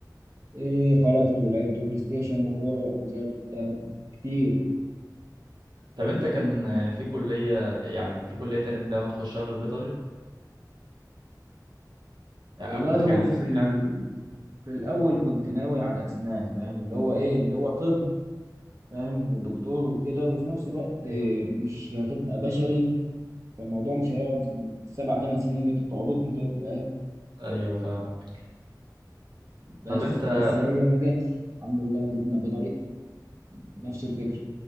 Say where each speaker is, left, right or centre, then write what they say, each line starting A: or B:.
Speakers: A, on the right; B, on the right.
A: إيه خرجت ولعبت بلاي ستيشن وكوره وحجوزات وبتاع كتير
B: طب انت كان في كلية يعني في كلية تانية انت ما تخشها غير بيطري يعني
A: والله
B: كنت
A: هو
B: كان
A: في
B: نفسك
A: ال...
B: يعني
A: في الاول كنت ناوي على اسنان فاهم اللي هو ايه اللي هو طب فاهم والدكتور وكده وفي نفس الوقت آه،
B: ايوه
A: مش هتبقى بشري فالموضوع مش هيقعد السبع ثمان سنين اللي انتوا بتقعدوهم دول فاهم
B: ايوه فاهمك
A: بس
B: طب انت
A: بس هي ما جاتش الحمد لله جبنا بيطري نفس الفكره